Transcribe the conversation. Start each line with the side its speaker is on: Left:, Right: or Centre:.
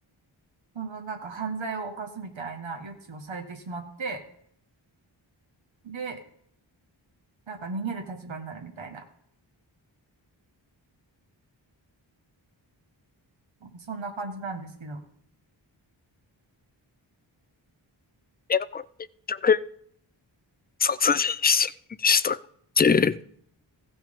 Right: そのなんか犯罪を犯すみたいな予知をされてしまって、で、なんか逃げる立場になるみたいな、なんかそんな感じなんですけど。
Left: え、なんか、結局、殺人しちゃうんでしたっけ